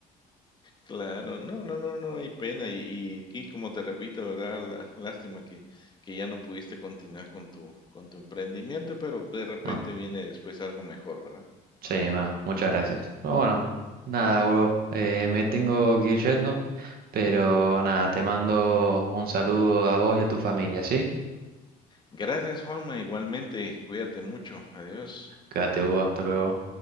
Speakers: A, on the left; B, on the right.
A: Claro, no, no, no, no hay pena, y y y como te repito, ¿verdad? La lástima que que ya no pudiste continuar con tu con tu emprendimiento, pero de repente
B: ¿no?
A: viene después algo mejor, ¿verdad?
B: Sí, bueno, muchas gracias. Pero bueno, nada, bro, eh, me tengo que ir yendo, pero nada, te mando un saludo a vos y a tu familia, ¿sí?
A: Gracias, Juanma, igualmente, cuídate mucho, adiós.
B: Quédate, Hugo, hasta luego.